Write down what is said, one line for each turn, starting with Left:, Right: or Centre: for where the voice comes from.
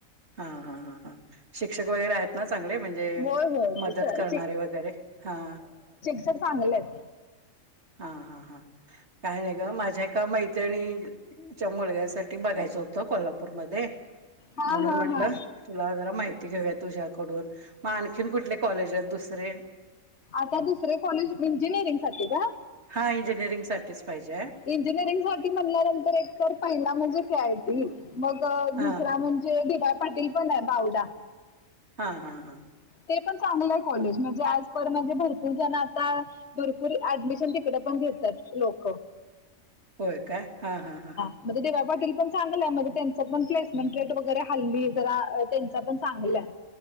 Right: हा हा हा हा शिक्षक वगैरे आहेत ना चांगले म्हणजे
Left: होय होय
Right: मदत
Left: स-
Right: करणारे वगैरे हा
Left: चांगलेत
Right: हा हा हा काय नाही ग माझ्या का मैत्रीणीच्या मुलग्यासाठी बघायचं होत कोल्हापूरमध्ये
Left: हा
Right: म्हणुन
Left: हा
Right: म्हटलं
Left: हा
Right: तुला जरा माहिती घेऊया तुझ्याकडून मग आणखीन कुठले कॉलेज आहेत दुसरे
Left: आता दुसरे कॉलेज इंजिनिअरिंगसाठी का?
Right: हां इंजिनिअरिंगसाठीच पाहिजे आहे.
Left: इंजिनिअरिंग साठी म्हणल्यानंतर एक तर पहिला म्हणजे <unintelligible> मग
Right: हा
Left: दुसरा म्हणजे डी वाय पाटील पण आहे बावडा
Right: हा हा हा
Left: ते पण चांगलं आहे कॉलेज म्हणजे आजपर म्हणजे भरपूर जण आता भरपूर ऍडमिशन तिकडं पण घेतात लोकं.
Right: होय काय हा हा हा हा
Left: म्हजे डी वाय पाटील पण चांगलंय म्हणजे त्यांच पण प्लेसमेंट रेट वगैरे हल्ली जरा त्यांचा पण चांगला हाय.